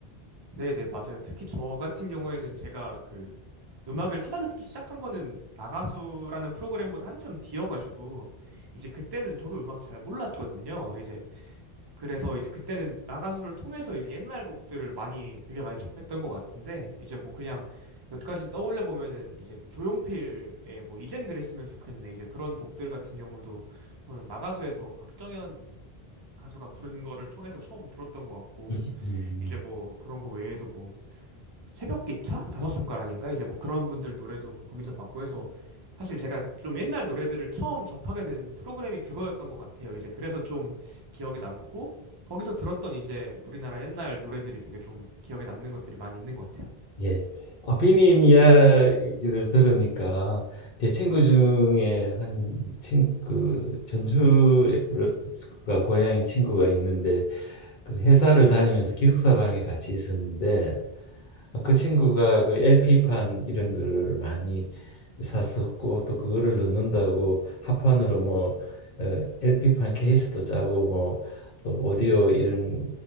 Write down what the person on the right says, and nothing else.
네네, 맞아요. 특히 저 같은 경우에는 제가 그 음악을 찾아 듣기 시작한 거는 나가수라는 프로그램보다 한참 뒤여가지고 이제 그때는 저도 음악 잘 몰랐거든요. 이제 그래서 이제 그때는 나가수를 통해서 이제 옛날 곡들을 많이 되게 많이 접했던 것 같은데 이제 뭐 그냥 몇 가지 떠올려 보면은 이제 그 조용필의 뭐 이젠 그랬으면 좋겠네 이제 그런 곡들 같은 경우도 저는 나가수에서 박정현 가수가 부른 거를 통해서 처음 들었던 것 같고
이제 뭐 그런 거 외에도 뭐 새벽 기차? 다섯 손가락인가? 이제 뭐 그런 분들 노래도 거기서 봤고 해서 사실 제가 좀 옛날 노래들을 처음 접하게 된 프로그램이 그거였던 것 같아요. 이제 그래서 좀 기억에 남고 거기서 들었던 이제 우리나라 옛날 노래들이 되게 좀 기억에 남는 것들이 많이 있는 것 같아요.